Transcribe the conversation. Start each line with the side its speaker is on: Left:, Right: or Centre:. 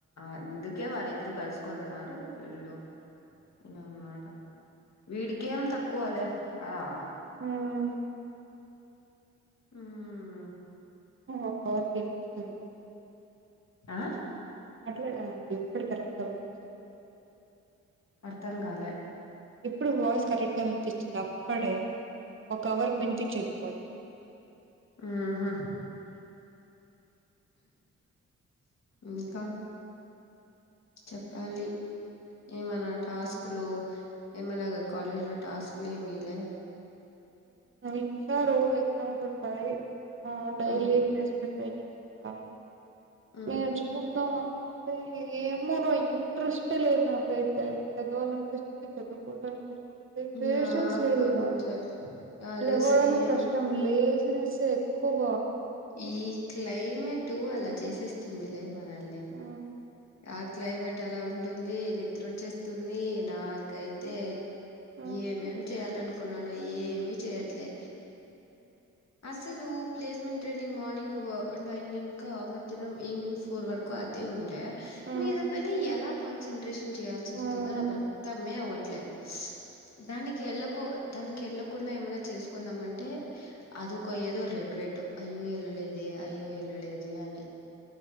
Left: అందుకే వాళ్ళిద్దరు కలుసుకొని ఉన్నారు వీళ్ళు ఇన్న వీడికికేం తక్కువాలే కదా
Right: ఉమ్
Left: ఉమ్మ్
Right: <unintelligible>
Left: ఆ
Right: నువ్వు మాట్లాడం ఇప్పుడు కరెక్ట్గా వినిపింస్తుంది
Left: అర్థం కాలే
Right: ఇప్పుడు వాయిస్ కరెక్ట్గా వినిపిస్తుంది అప్పుడే ఒక అవర్ వినిపించేంది వాయిస్
Left: ఉహు ఇంకా చెప్పాలి ఏమనా టాస్కులు ఏమనాకు కాాలేజ్ లో టాస్క్లు మలే
Right: ఇచ్చారు ఎగ్జామ్స్ ఉంటాయి డైలీ
Left: మ్మ్
Right: ట్రైనింగ్స్ ఉంటాయి
Left: మ్మ్
Right: నేర్చుకుందాం అనుకుంటే ఏమోరు ఇంట్రెస్ట్ లేదు నాకైతే చదవాలనిపిస్తుంది చదువుకోవడానికి పేషన్స్
Left: నాకు
Right: లేదుడా
Left: అంతే అదే
Right: లేవడానికి
Left: సేమ్
Right: కష్టం లేదు <unintelligible> ఎక్కువ
Left: ఈ క్లైమేట్ అలా చేసేస్తుందిలే మనల్ని
Right: ఉ
Left: ఆ క్లైమేట్ అలా ఉంటుంది నిద్ర వచ్చేస్తుంది నాకైతే
Right: ఉ
Left: ఏమేమి చేయాల అనుకున్నాను ఏమి చేయట్లే అసలు ప్లేస్మెంట్ ట్రైనింగ్ మార్నింగ్ నైన్ ఇంకా మధ్యాహ్ం ఈవనింగ్ ఫోర్ వరకు అదే ఉండే
Right: ఉ
Left: మీద పనా ఎలా కాన్సన్ంట్రేషన్ చేయయాల్సి వస్తుందో
Right: ఉ
Left: నాకు
Right: ఉ
Left: అర్థమే అవ్వట్లేదు దానికి ఎళ్ళలకు దానికి ఎళ్ళ కుడా ఏమైన్నా చేసుకుందామంటే అదికయ్యేదో రిగ్రెట్ అయ్యో ఎల్లేేద అయ్యో ఎల్లేేద అని